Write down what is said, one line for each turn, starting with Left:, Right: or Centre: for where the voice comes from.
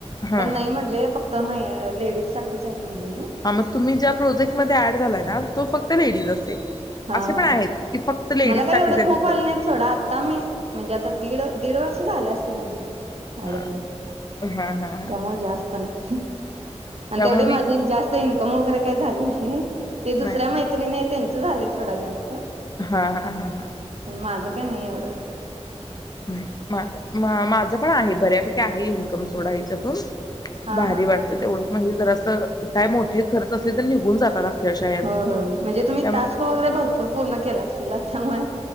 Left: हा
Right: पण नाही म्हणले फक तमये लेडीज साठीच म्हणलेले
Left: हा मग तुम्ही ज्या प्रोजेक्ट मध्ये ऍड झालाय ना तो फक्त लेडीज असेल
Right: हा
Left: असे पण
Right: हा
Left: आहेत की फक्त लेडीज
Right: मला काय
Left: साठीच
Right: एवढे
Left: आहे
Right: खूप
Left: ते प्रोजेक्ट
Right: आले नाहीत सोडा आता मी म्हणजे आता दीड दीड वर्ष झालं असतील म्हटलं ऍड
Left: हा
Right: होऊन
Left: हा हा हा
Right: त्यामुळे जास्त नाही ह आणि
Left: त्यामुळे
Right: तेवढे
Left: मी
Right: माझी जास्त इ काम वगैरे काय झालं नाही ते दुसऱ्या
Left: नाही
Right: मैत्रिणी त्यांचं ते झाले थोडा जास्त
Left: हा हा हा हा
Right: पण माझं काय नाही एवढं
Left: नाही माझ माझं पण आहे बऱ्यापैकी आहे इन्कम सोडा त्याच्यातून
Right: हा
Left: भारी
Right: हा
Left: वाटते तेवढं म्हणजे जर असं काय मोठे खर्च असले तर निघून जातात अक्षरशः यातून
Right: हो होय म्हणजे तुम्ही
Left: त्यामुळे
Right: टास्क वगैरे भरपूर पूर्ण केला अशीला त्यामुळे